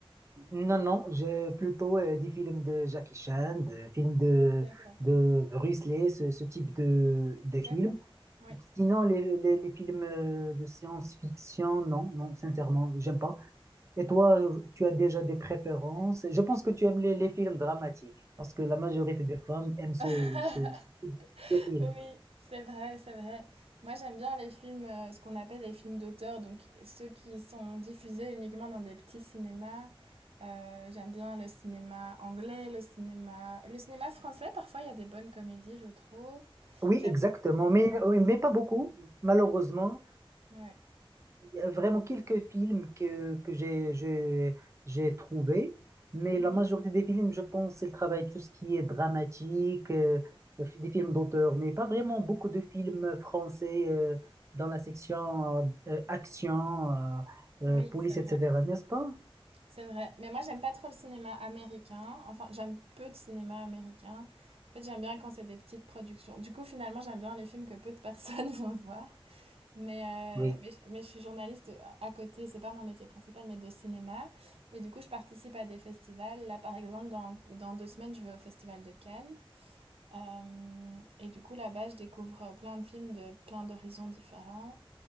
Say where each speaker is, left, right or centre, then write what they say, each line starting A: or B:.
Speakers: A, on the right (about 30°); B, on the right (about 85°).
A: Non, non, j'ai plutôt euh, des films de Jackie Chan, des films de,
B: D'accord,
A: de Bruce Lee, ce, ce type de, de
B: d'accord.
A: films.
B: Oui.
A: Sinon, les, les, les films euh, de science-fiction, non, non, sincèrement, j'aime pas. Et toi, euh, tu as déjà des préférences? Je pense que tu aimes les, les films dramatiques, parce que la majorité des femmes aiment ce,
B: <laughs>
A: ce, ce type de film.
B: Oui, c'est vrai, c'est vrai. Moi, j'aime bien les films, euh, ce qu'on appelle les films d'auteur, donc ceux qui sont diffusés uniquement dans des petits cinémas. Euh, j'aime bien le cinéma anglais, le cinéma, le cinéma français. Parfois, il y a des bonnes comédies, je trouve.
A: Oui,
B: J'aime-
A: exactement, mais, oui, mais pas beaucoup, malheureusement.
B: Ouais.
A: Il y a vraiment quelques films que, que j'ai, j'ai, j'ai trouvés, mais
B: Mhm.
A: la majorité des films, je pense, ils travaillent tout ce qui est dramatique, euh, des films d'auteur, mais pas vraiment beaucoup de films français euh, dans la section euh, euh, action, euh, euh,
B: Oui,
A: police,
B: c'est vrai.
A: etc., n'est-ce pas?
B: C'est vrai. Mais moi, j'aime pas trop le cinéma américain. Enfin, j'aime peu de cinéma américain. En fait, j'aime bien quand c'est des petites productions. Du coup, finalement, j'aime bien les films que peu de personnes <laughs> vont voir. Mais,
A: Oui.
B: euh, mais, je mais je suis journaliste à côté, c'est pas mon métier principal, mais de cinéma. Et du coup, je participe à des festivals. Là, par exemple, dans, dans deux semaines, je vais au Festival de Cannes. Hem, et du coup, là-bas, je découvre, plein de films de plein d'horizons différents.